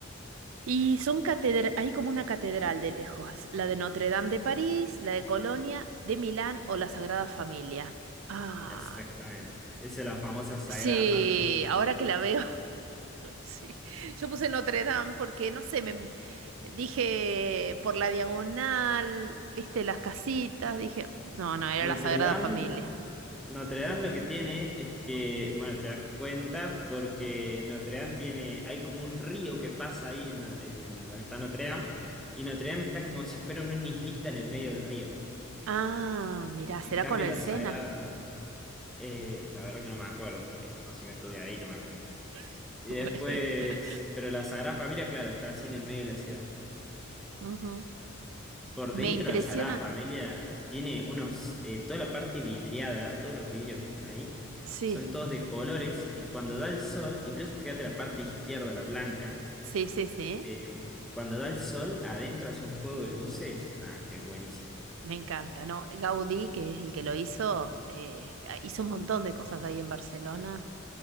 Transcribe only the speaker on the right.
Y son catedral, hay como una catedral de lejos, la de Notre Dame de París, la de Colonia, de Milán o la Sagrada Familia. Ah,
sí,
ahora que la veo, <laughs> sí. Yo puse Notre Dame porque, no sé, me dije por la diagonal, viste las casitas, dije, no, no, era
la Sagrada
Familia.
Ah, mirá,
será
con el
Sena.
<laughs>
Bueno.
Ujú.
Me
impresiona.
Sí,
sí, sí, sí.
Me encanta, ¿no? Gaudí, que es el que lo hizo, eh, ah, hizo un montón de cosas ahí en Barcelona.